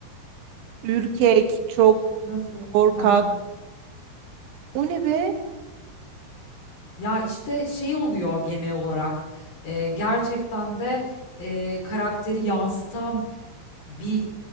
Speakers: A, on the right; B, on the left.
A: Ürkek, çok
B: Nasıl?
A: korkak.
B: Hı hı.
A: O ne be?
B: Ya, işte, şey oluyor genel olarak, eee, gerçekten de, eee, karakteri yansıtan bir